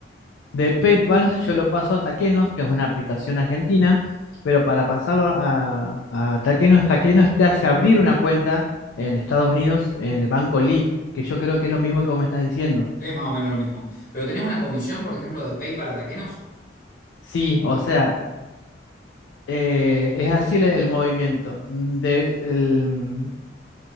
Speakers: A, on the left; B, on the left.
A: De PayPal yo lo paso a Taquenos, que es una aplicación argentina, pero para pasarlo a, a Taquenos, Taquenos te hace abrir una cuenta en Estados Unidos en el banco Lead, que yo creo que es lo mismo que vos me estás diciendo.
B: Es más o menos lo mismo. Pero tenés una comisión, por ejemplo, de PayPal a Taquenos.
A: Sí, o sea, eh, es así el, el movimiento. De, el,